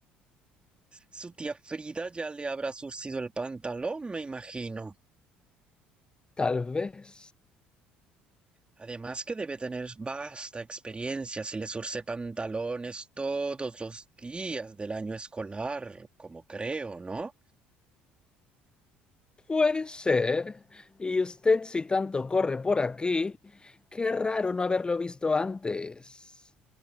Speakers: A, on the right; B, on the left.
A: Su tía Frida ya le habrá surcido el pantalón, me imagino.
B: Tal vez.
A: Además que debe tener vasta experiencia si le zurce pantalones todos los días del año escolar, como creo, ¿no?
B: Puede ser. Y usted, si tanto corre por aquí, qué raro no haberlo visto antes.